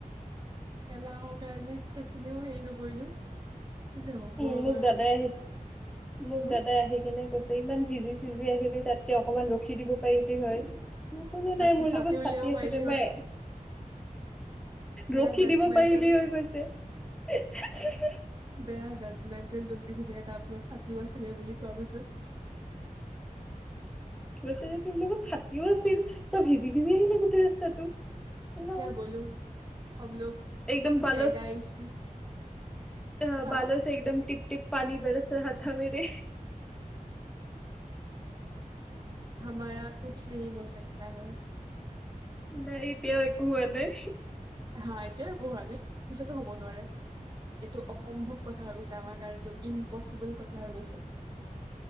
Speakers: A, on the right (about 30°); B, in the centre.
A: <unintelligible> এলাহৰ কাৰণে সেইখিনিও হেৰি নকৰিলো কি যে হ'ব
B: উম
A: আমাৰ।
B: মোক দাদাই আহি মোক
A: হম
B: দাদাই আহি কেনে কৈছে ইমান ভিজি চিজি আহিলি তাতকে অকমান ৰখি দিব পাৰিলি হয়। মই কোনো
A: তাতছে
B: নাই মোৰ লগত
A: উলিয়াব
B: ছাতি
A: পাৰিলি
B: আছিলে
A: হয়
B: মই
A: বেয়া
B: ৰখি
A: জাজমেণ্টেল
B: দিব পাৰিলি হৈ কৈছে।
A: বেয়া জাষ্টমেনতেল লুক দিছে চাগে তাৰ পিছত ছাতিও আছিলে বুলি কোৱা পিছত।
B: গৈছে যদি মোৰ লগত থাক ছাতিও আছিল তই ভিজি, ভিজি আহিলি গোটেই ৰাস্তাটো হেল্ল'
A: কিয়া বলো হম লোগ
B: একদম পালোঁ
A: পেদা ইছি
B: অ',
A: হা
B: বালো ছে একদম টিপ, টিপ পানী বৰচ ৰাহা থা মেৰে
A: হমাৰা কুছ নেহি হো চাকতা হে।
B: নাই এতিয়াও একো হোৱা নাই।
A: হা এতিয়াও একো হোৱা নাই পিছতো হ'ব নোৱাৰে এইটো অসম্ভৱ কথা হৈ গৈছে আমাৰ কাৰণে য'ত ইম্পচিবল কথা হৈ গৈছে।